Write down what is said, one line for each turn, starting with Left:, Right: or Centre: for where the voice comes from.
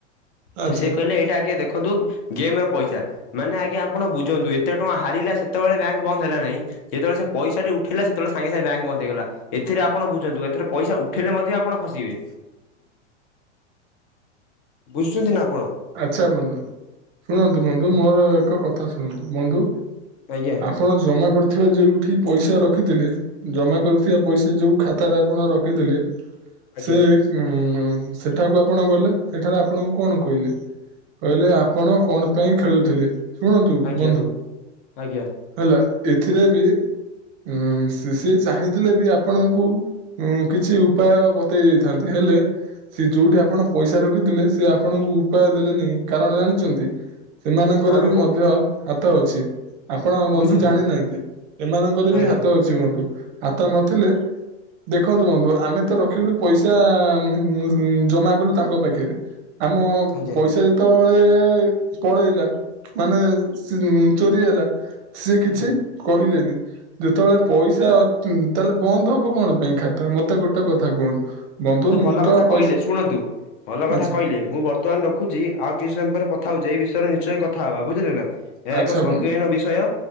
Right: ଆଚ୍ଛା
Left: ତ ସେ କହିଲେ ଏଇଟା ଆଜ୍ଞା ଦେଖନ୍ତୁ ଗେମ ର ପଇସା। ମାନେ ଆଜ୍ଞା ଆପଣ ବୁଝନ୍ତୁ ଏ କେତେ ଟଙ୍କା ହାରିଲା ସେତେବେଳେ ବ୍ୟାଙ୍କ ବନ୍ଦ ହେଲା ନାହିଁ, ଯେତେବେଳେ ସେ ପଇସାଟି ଉଠିଲା ସେତେବେଳେ ସାଙ୍ଗେ ସାଙ୍ଗେ ବ୍ୟାଙ୍କ ବନ୍ଦ ହେଇଗଲା। ସେଥିରେ ଆପଣ ବୁଝନ୍ତୁ ଏଥିରେ ପଇସା ଉଠେଇଲେ ମଧ୍ୟ ଆପଣ ଫସିବେ। ବୁଝୁଛନ୍ତି ନା ଆପଣ
Right: ଆଚ୍ଛା ବନ୍ଧୁ। ଶୁଣନ୍ତୁ ବନ୍ଧୁ ମୋର ଏକ କଥା ଶୁଣନ୍ତୁ। ବନ୍ଧୁ
Left: ଆଜ୍ଞା
Right: ଆପଣ ଜମା କରିଥିବା ଯେଉଁଠି ପଇସା ରଖିଥିଲେ, ଜମା କରିଥିବା ପଇସା ଯୋଉ ଖାତାରେ ଆପଣ ରଖିଥିଲେ,
Left: ଆଜ୍ଞା
Right: ସେ ଉମ୍ ହୁଁ ସେଠାକୁ ଆପଣ ଗଲେ, ସେଠାରେ ଆପଣଙ୍କୁ କଣ କହିଲେ? କହିଲେ ଆପଣ କଣ ପାଇଁ ଖେଳୁଥିଲେ? ଶୁଣନ୍ତୁ
Left: ଆଜ୍ଞା
Right: ବନ୍ଧୁ
Left: ଆଜ୍ଞା
Right: ହେଲା ଏଥିରେ ବି ଉଁ ସି-ସିଏ ଚାହିଁଥିଲେ ବି ଆପଣଙ୍କୁ ଉଁ କିଛି ଉପାୟ ବତେଇ ଦେଇଥାନ୍ତେ ହେଲ ହେଲେ, ସେ ଯୋଉଠି ଆପଣ ପଇସା ରଖିଥିଲେ ସେ ଆପଣଙ୍କୁ ଉପାୟ ଦେଲେନି କାରଣ ଜାଣିଚନ୍ତି, ସେମାନଙ୍କର
Left: କାରଣ
Right: ବି
Left: କ
Right: ମଧ୍ୟ ହାତ ଅଛି। ଆପଣ ବନ୍ଧୁ
Left: ବୁଝିଲି
Right: ଜାଣିନାହାଁନ୍ତି, ଏମାନଙ୍କର ବି
Left: ଆଜ୍ଞା
Right: ହାତ ଅଛି ବନ୍ଧୁ। ହାତ ନଥିଲେ ଦେଖନ୍ତୁ ବନ୍ଧୁ ଆମେ ତ ରଖିଲୁ ପଇସା ଉମ୍ ଜମା କଲୁ ତାଙ୍କ ପାଖରେ, ଆମ
Left: ଆଜ୍ଞା
Right: ପଇସା ଯେତେବେଳେ ପଳେଇଲା, ମାନେ ଚୋରି ହେଲା ସିଏ କିଛି
Left: ଆଜ୍ଞା
Right: କହିଲେନି। ଯେତେବେଳେ ପଇସା ଅ ତାହେଲେ ବନ୍ଦ ହବ କଣ ପାଇଁ ଖାତା ମତେ ଗୋଟେ କଥା କୁହନ୍ତୁ? ବନ୍ଧୁ
Left: ମତେ ଭଲ
Right: ମୁଁ ତ
Left: କଥା କହିଲେ
Right: ପଇସା
Left: ଶୁଣନ୍ତୁ। ଭଲ କଥା
Right: ଆଚ୍ଛା
Left: କହିଲେ ମୁଁ ବର୍ତ୍ତମାନ ର ରଖୁଛି, ଆଉ କିଛି ସମୟ ପରେ କଥା ହଉଛି ଏଇ ବିଷୟରେ ନିଶ୍ଚୟ କଥା ହବା ବୁଝିଲେ ନା। ଏହା
Right: ଆଚ୍ଛା
Left: ଏକ ସଂଜ୍ଞାହୀନ
Right: ବନ୍ଧୁ
Left: ବିଷୟ